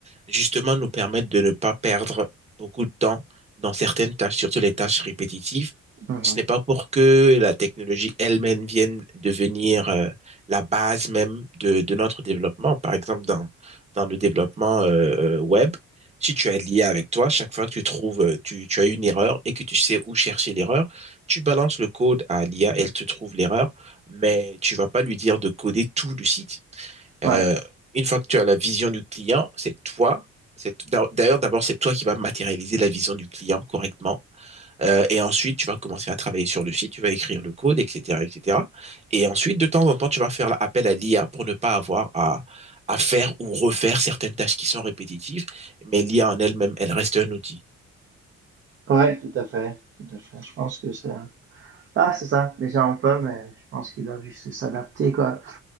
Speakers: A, on the right; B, on the right.
A: justement nous permettre de ne pas perdre beaucoup de temps dans certaines tâches, surtout les tâches répétitives.
B: Mhm.
A: Ce n'est pas pour que la technologie elle-même vienne devenir euh, la base même de, de notre développement. Par exemple, dans, dans le développement euh, euh, web, si tu as lié avec toi, chaque fois que tu trouves, euh, tu, tu as une erreur et que tu sais où chercher l'erreur, tu balances le code à l'IA, elle te trouve l'erreur mais tu vas pas lui dire de coder tout le site.
B: Ouais.
A: Euh, une fois que tu as la vision du client, c'est toi. C'est d'ailleurs d'abord c'est toi qui vas matérialiser la vision du client correctement. Euh, et ensuite, tu vas commencer à travailler sur le site, tu vas écrire le code, etc., etc. Et cetera. Et ensuite, de temps en temps, tu vas faire appel à l'IA pour ne pas avoir à, à faire ou refaire certaines tâches qui sont répétitives. Mais l'IA en elle-même, elle reste un outil.
B: Ouais, tout à fait. Tout à fait. Je pense que ça. Ah, c'est ça, les gens ont peur, mais je pense qu'ils doivent juste s'adapter, quoi.